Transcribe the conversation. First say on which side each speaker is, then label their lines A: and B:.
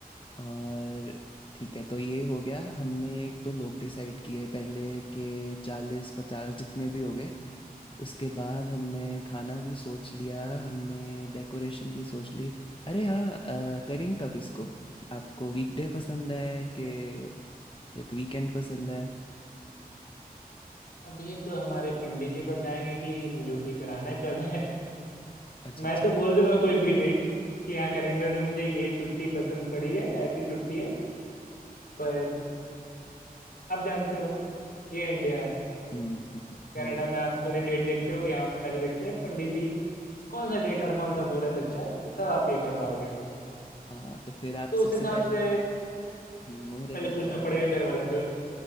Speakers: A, on the left; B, on the left.
A: और ठीक है तो ये हो गया हमने एक तो लोग डिसाइड किए पहले के चालीस पचास जितने भी हो गए उसके बाद हमने खाना भी सोच लिया हमने डेकोरेशन भी सोच ली अरे हाँ अ, करें कब इसको आपको वीकडे पसंद है कि लाइक वीकेंड पसंद है
B: अब ये तो हमारे पंडित जी बताएंगे कि मुझे छुट्टी कराना कब है <laughs>
A: अच्छा
B: मैं
A: अच्छा
B: तो बोल दूंगा कोई भी डेट कि हाँ कैलेंडर से मुझे ये छुट्टी पसंद पड़ी है ऐसी छुट्टी है पर आप जानते हो ये इंडिया
A: हम्म हम्म,
B: कनाडा
A: हम्म,
B: में आप पहले डेट देखते हो यहाँ पहले देखते हैं पंडित जी कौन सा डेट और कौन सा मुहूर्त अच्छा है तब आप ये करवाओगे
A: हाँ तो फिर आप
B: तो
A: सबसे
B: उस हिसाब
A: पहले
B: से
A: हम्म, मुहूर्त
B: पहले
A: निकलाओ
B: पूछना पड़ेगा
A: पहले
B: घर वालों से